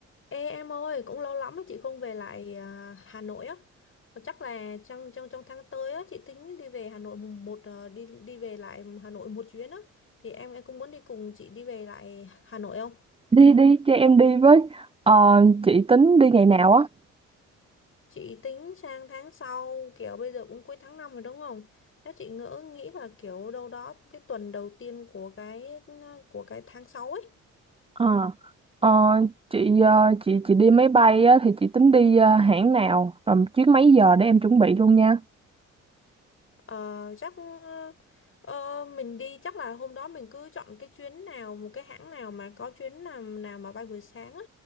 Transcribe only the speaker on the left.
Ê em ơi, cũng lâu lắm mà chị không về lại à, Hà Nội á. Mà Chắc là trong trong trong tháng tới á chị tính đi về Hà Nội mùng một à, đi đi về lại Hà Nội một chuyến á. Thì em em cũng muốn đi cùng chị đi về lại Hà Nội không?
Chị tính sang tháng sau kiểu bây giờ cũng cuối tháng 5 rồi đúng không? Chắc chị ngỡ nghĩ là kiểu đâu đó cái tuần đầu tiên của cái ừ, của cái tháng 6 ấy
Ờ, chắc ờ, mình đi chắc là hôm đó mình cứ chọn cái chuyến nào một cái hãng nào mà có chuyến nào nào mà bay buổi sáng á